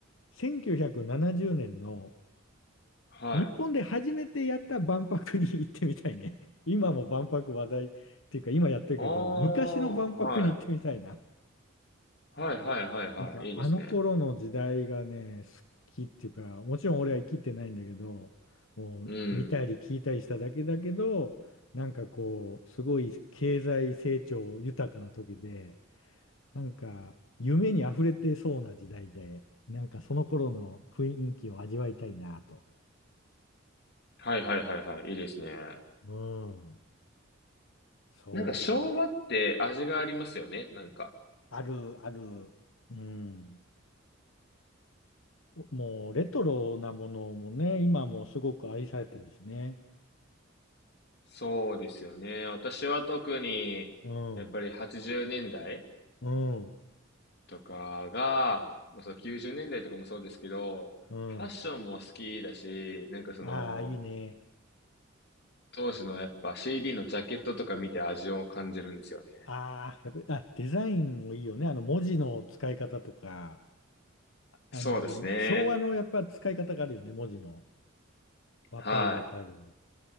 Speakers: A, on the left; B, on the left.
A: 1970年の
B: はい。
A: 日本で初めてやった万博に行ってみたいね。今も万博話題っていうか、今やってるけど、
B: ああ、
A: 昔の万博に行ってみたいな。
B: はい。はいはいはいはい。
A: なんかあの頃の時代がね、
B: いいですね。
A: 好きっていうか、もちろん俺は生きてないんだけど、もう見たり聞いたりしただけだけど、
B: うん。
A: なんかこう、すごい経済成長豊かな時で、なんか夢に溢れてそうな時代で、なんかその頃の雰囲気を味わいたいなと。
B: はいはいはいはい。いいですね。
A: うん、そう。
B: なんか昭和って味がありますよね。なんか。
A: ある、ある。うん。おもうレトロなものもね、今もすごく愛されてるしね。
B: そうですよね。私は特に、
A: うん。
B: やっぱり80年代
A: うん。
B: とかが、まあ、そう90年代とかもそうですけど、
A: うん。
B: ファッションも好きだし、なんかその、
A: ああ、いいね。
B: 当時のやっぱ CD のジャケットとか見て味を感じるんですよね。
A: ああ、やっぱり、あ、デザインもいいよね。あの、文字の使い方とか、あの、
B: そうですね。
A: 昭和のやっぱ使い方があるよね、文字の。わかるわかる。
B: はい。